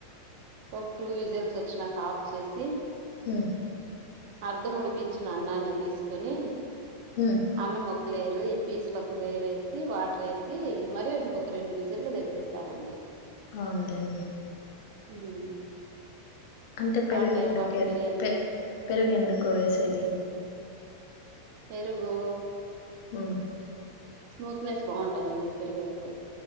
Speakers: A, on the right (about 55°); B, on the left (about 55°).
A: ఒక టూ విజల్స్ వచ్చినాక ఆఫ్ చేసి
B: ఉమ్
A: అర్ధం ఉడికించిన అన్నాన్ని తీసుకొని
B: హ్మ్
A: అన్నం మొ లేదు ఈపీసులోక్కదగ్గరేసి వాటరేసి మరీ ఇంకొక రెండు విజిల్లు తెప్పిస్తామండి
B: క ఉండండి
A: ఉమ్
B: అంటే పెరిగేందుకే
A: ఆ టైప్ ఆఫ్ బిర్యానీ
B: పె పెరుగెందుకు వేసేది?
A: పెరుగూ
B: అ
A: స్మూత్నెస్ బావుంటదండి పెరిగేస్తే